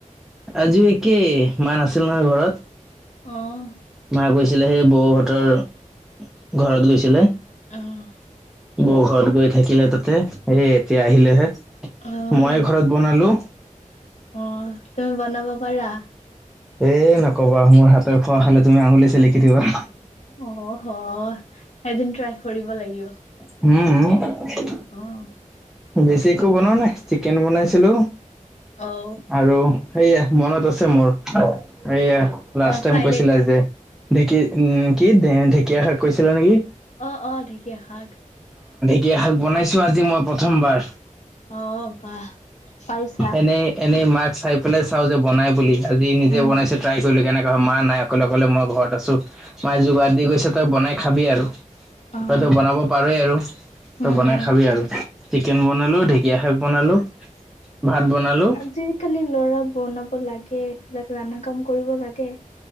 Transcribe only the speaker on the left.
অ',
অ',
অ',
অ', তুমি বনাব পাৰা?
অ' হ, এদিন ট্ৰাই কৰিব লাগিব।
আহ
অ',
অ', ফ্ৰাইড
এগ
অ অ ঢেকীয়া শাক ।
অ বাহ পাইছা
উম।
অ'।
উম,
যি কালি লৰা বনাব লাগে এইলাক ৰান্না কাম কৰিব লাগে।